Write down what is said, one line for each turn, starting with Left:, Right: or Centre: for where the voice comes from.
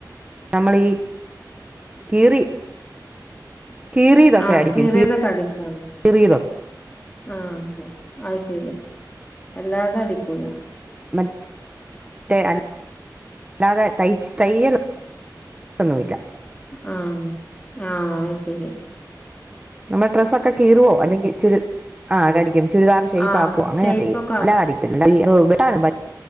Right: നമ്മളീ കീറി കീറിയതൊക്കെ
Left: ആ
Right: അടിക്കും
Left: കീറീതൊക്കെ അടിക്കും
Right: കീറിയതൊക്കെ
Left: ആ <unintelligible> അഹ്‌ ശെ രി എല്ലാതെ അടിക്കൂല
Right: റ്റെ അ ല്ലാതെ തയിച്ച് തയ്യൽ ഒന്നൂല്ല
Left: ആ ആ അഹ് ശെരി
Right: നമ്മേ ട്രസ്സൊക്കെ കീറോ അല്ലെങ്കി ചുരി ആ അടിക്കും ചുരിദാർ ഷേപ്പ്
Left: ആഹ്
Right: ആക്കു അങ്ങനെയ
Left: ഷേയ്പ്പൊക്കെ
Right: ചെയ്യും അല്ലാ അടിക്കില്ല <unintelligible> വെട്ടാനൊന്നും പറ്റി